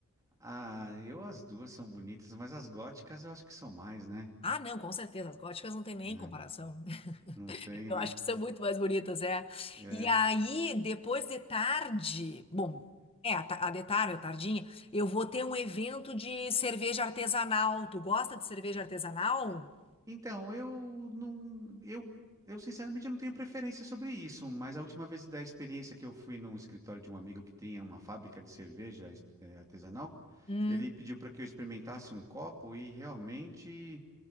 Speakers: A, on the right (about 15°); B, on the left (about 25°).
A: Ah, eu as duas são bonitas, mas as góticas eu acho que são mais, né?
B: Ah, não, com certeza. As góticas não tem nem
A: É,
B: comparação. <laughs>
A: não tem,
B: Eu
A: né?
B: acho que são muito mais bonitas, é.
A: É.
B: E aí, depois de tarde, bom, é, a, ta- a de tarde, a tardinha, eu vou ter um evento de cerveja artesanal. Tu gosta de cerveja artesanal?
A: Então, eu não, eu, eu sinceramente eu não tenho preferência sobre isso, mas a última vez da experiência que eu fui num escritório de um amigo que tinha uma fábrica de cerveja es- eh, artesanal,
B: Hum.
A: ele pediu para que eu experimentasse um copo e realmente